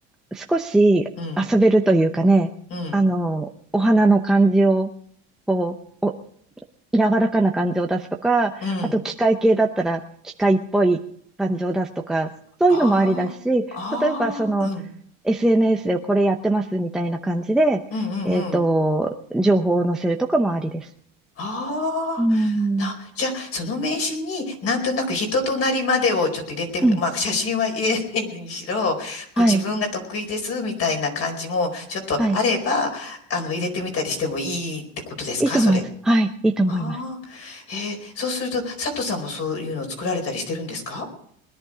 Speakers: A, in the centre; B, on the left.
A: 少し遊べるというかね、
B: うん、うん、
A: あの、お花の感じを、こう、お、柔らかな感じを出すとか、
B: うん。
A: あと機械系だったら機械っぽい感じを出すとか、そういうのもありだし、
B: ああ、
A: 例えばその、
B: ああ、うん、
A: SNS でこれやってますみたいな感じで、
B: うんうんうん。
A: えっと、情報を載せるとかもありです。
B: ああ、
A: うん
B: な、じゃあ、その名刺になんとなく人となりまでをちょっと入れてみ、
A: うん。
B: まあ、写真は入れないにしろ、こう自分が得意ですみたいな感じもちょっとあれば、
A: はい。はい。
B: あの、入れてみたりしてもいいってことですか、
A: いいと思います。
B: それ。
A: はい。いいと思います。
B: ああ、へえ、そうすると、佐藤さんもそういうのを作られたりしてるんですか